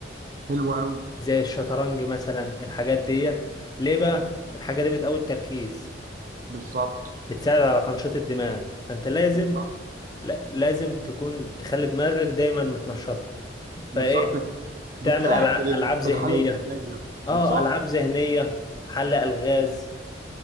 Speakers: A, on the right; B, on the left.
A: حلو قوي
B: زي الشطرنج مثلا الحاجات ديت ليه بقى؟ الحاجة دي بتقوي التركيز
A: بالظبط
B: بتساعد على تنشيط الدماغ فأنت لازم
A: بالظبط
B: لا لازم تكون تخلي دماغك دايما متنشطة
A: بالظبط
B: فإيه
A: بت- بتأهل
B: تعمل ألعاب,
A: ال-
B: ألعاب ذهنية
A: الحالة الذهنية
B: آه
A: بالظبط
B: ألعاب ذهنية حل ألغاز